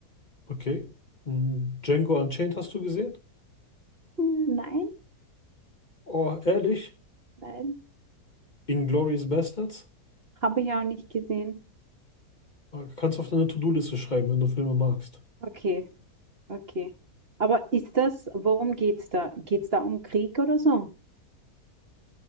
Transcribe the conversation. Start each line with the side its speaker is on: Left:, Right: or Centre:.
Left: Okay. Mm, Django Unchained hast du gesehen?
Right: Hm, Nein,
Left: Oh, ehrlich?
Right: nein,
Left: Inglourious Basterds?
Right: habe ich auch nicht gesehen.
Left: Ah, Kannst du auf deine To-Do-Liste schreiben, wenn du Filme magst.
Right: Okay, okay. Aber ist das, worum geht's da? Geht's da um Krieg oder so?